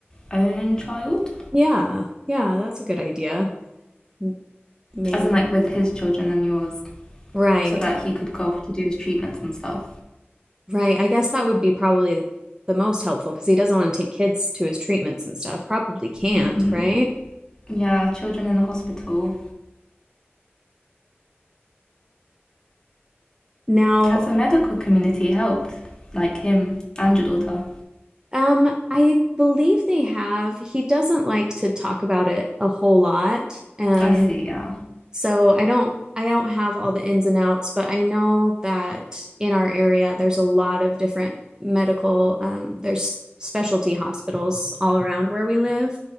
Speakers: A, on the left (about 20°); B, on the right (about 20°).
A: own child,
B: Yeah, yeah, that's a good idea. M- Maybe
A: as in
B: we,
A: like with his children and yours,
B: right,
A: so that he could go off to do his treatments and stuff.
B: right. I guess that would be probably the most helpful because he doesn't want to take kids to his treatments and stuff. Probably can't,
A: hmm
B: right?
A: Yeah, children in the hospital.
B: Now,
A: Has the medical community helped? Like him and your daughter?
B: um, I believe they have, he doesn't like to talk about it a whole lot, and
A: I see, yeah.
B: So I don't I don't have all the ins and outs, but I know that in our area there's a lot of different medical um, there's specialty hospitals all around where we live.